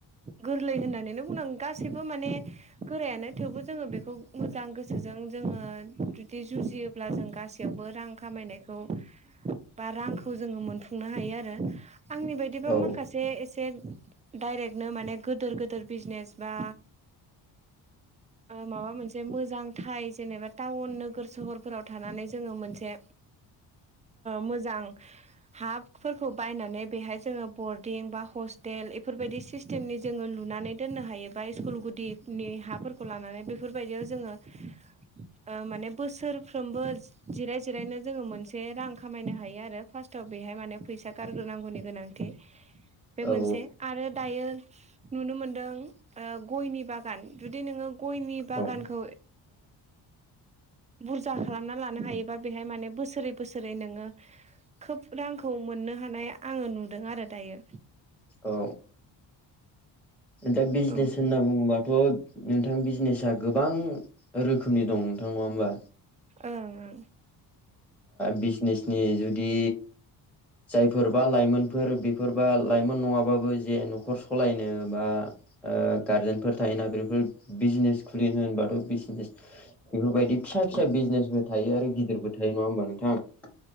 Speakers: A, on the right (about 15°); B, in the centre.
A: गोरलै होननानै बुंनांग गासैबो माने गोरायानो थेवबो जोङो बेखौ मोजां गोसोजों जोङो जुदि जुजियो अब्ला जों गासैयावबो रां खामायनायखौ बा रांखौ जोङो मोनफुंनो हायो आरो आंनि बायदि बिदिबा
B: औ
A: माखासे एसे डाइरेक्टनो माने गिदोर गिदिर बिजनेस बा माबा मोनसे मोजांथ जेनेबा टाउन नोगोर सहरफोराव थानानै जोङो मोनसे मोजां हाफोरखौ बायनानै बेहाय जोङो बरडिं बा हस्टेल बेफोरबायदि सिस्ेम सिस्टेमनि जोङो लुनानै दोननो हायो बा स्कुल गुदिनि हाफोरखौ लानानै बेफोरबायदियाव जोङो माने बोसोरफ्रोमबो जिराय जिरायनो जोङो मोनसे रां खामायनो हायो आरो फार्स्टआव बेहाय माने फैसा गारग्रोनांगौनि गोनांथि <inaudible> बे
B: औ
A: मोनसे आरो दायो नुनो मोनदों गयनि बागान जुदि नोङो गयनि बागानखौ
B: औ
A: बुरजा खालामना लानो हायोबा बेहाय माने बोसोरै बोसोरै नोङो खोब रांखौ मोननो हानाय आङो नुदों आरो दायो
B: औ दा बिजनेस
A: औ
B: होनना बुङोबा थ' नोंथां बिजनेसा गोबां रोखोमनि दं नोंथां नङा होमबा
A: ओ ओ
B: बिजनेसनि जुदि जायफोरबा लाइमोनफोर बेफोरबा लाइमोन नङाबाबो जे न'खर सालायनो बा गारजेनफोर थायोना बेफोर बिजनेस खुलिनो होनबाथ' बिजनेस बेफोरबायदि फिसा फिसा बिजनेसबो थायो आरो गिदिरबो थायो नङा होमबा नोंथाङा